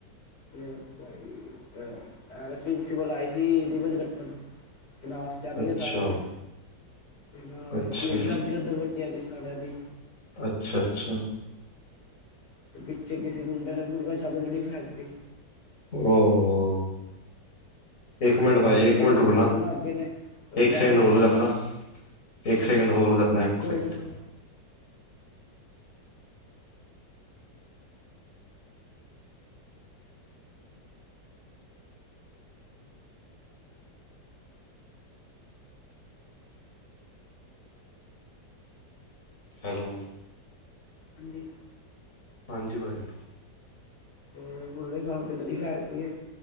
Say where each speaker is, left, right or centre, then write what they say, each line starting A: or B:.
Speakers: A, on the left; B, on the left.
A: ਤੇ, ਭ ਈ ਅ ਅ, ਪ੍ਰਿੰਨਸੀਪਲ ਆਈ ਸੀ ਰੀਬਨ ਕਟਣ। ਕਲਾਸ ਚ ਆਨਦੀ
B: ਅੱਛਾ
A: ਹਾਂ ਸਾਰਿਆਂ ਦੇ। ਨਾ,
B: ਅੱਛਾ
A: ਭੀੜ ਲੱਗ ਗਈ ੳੱਧਰ ਬੱਚਿਆਂ ਦੀ, ਸਾਰਿਆਂ ਦੀ।
B: ਅੱਛਾ ਅੱਛਾ
A: ਤੇ ਪਿੱਛੇ ਕਿਸੇ ਮੁੰਡੇ ਨੇ ਮੁਰਗਾ ਛਾਪਦੀ ਲੜੀ ਛਡਤੀ
B: ਹੋਓਓ ਇੱਕ
A: ਬਈ
B: ਮਿੰਟ
A: ਸਾਰੇ
B: ਭਾਜੀ,
A: ਇੱਧਰ
B: ਇੱਕ ਮਿੰਟ
A: ਉਧਰ
B: ਰੁਕਣਾ,
A: ਭੱਜਣ ਲੱਗ ਗਏ ਨੇ ਕੋਈ
B: ਇੱਕ
A: ਵੈਨ
B: ਸੈਕਿੰਡ
A: ਤੇ
B: ਹੋਲਡ
A: ਚੜੇ
B: ਕਰਨਾ ਇੱਕ ਸੈਕਿੰਡ ਹੋਲਡ ਕਰਨਾ, ਇੱਕ
A: ਕੋਈ
B: ਸੈਕਿੰਡ।
A: ਨੀ ਕੋਈ
B: ਹੈਲੋ।
A: ਹਾਂਜੀ।
B: ਹਾਂਜੀ, ਪਾਜੀ।
A: ਤੇ ਮੁਰਗੇ ਛਾਪ ਤੇ ਵਡੀ ਸਾਡਤੀ ਹੈ।